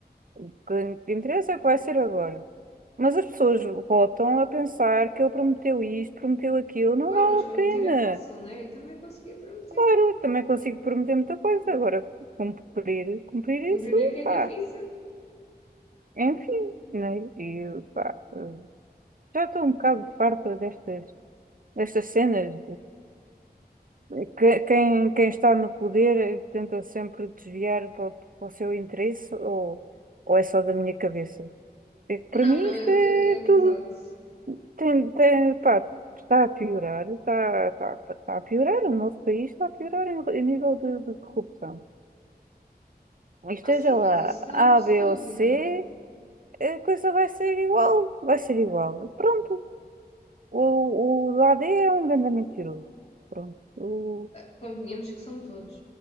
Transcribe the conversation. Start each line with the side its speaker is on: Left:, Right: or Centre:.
Right: O que, o que interessa é o que vai ser agora. Mas as pessoas votam a pensar que ele prometeu isto, prometeu aquilo, não
Left: Pois,
Right: vale
Left: mas
Right: a
Left: prometer
Right: pena.
Left: é fácil, né? Eu também conseguia prometer.
Right: Claro, também consigo prometer muita coisa. Agora, cumprir, cumprir
Left: Cumprir
Right: isso,
Left: é que é
Right: pá,
Left: difícil.
Right: é enfim, né? E pá, eh, já estou um bocado farta destas, destas cenas. eh, que- Quem, quem está no poder eh, tenta sempre desviar para, o para o seu interesse ou, ou é só da minha cabeça. É que para
Left: Não,
Right: mim
Left: não,
Right: isto
Left: eu-
Right: é
Left: eu- é
Right: tudo.
Left: verdade.
Right: Tem, tem, pá, está a piorar, está, está, está está a piorar, o nosso país está a piorar em, em nível de de corrupção. Esteja
Left: Ah, sim, mas
Right: lá
Left: isso está
Right: A,
Left: sem
Right: B
Left: dúvida.
Right: ou C, a coisa vai ser igual. Vai ser igual. Pronto. O, o do A D é um grande mentiroso. Pronto. O,
Left: Ah, Convenhamos que são todos,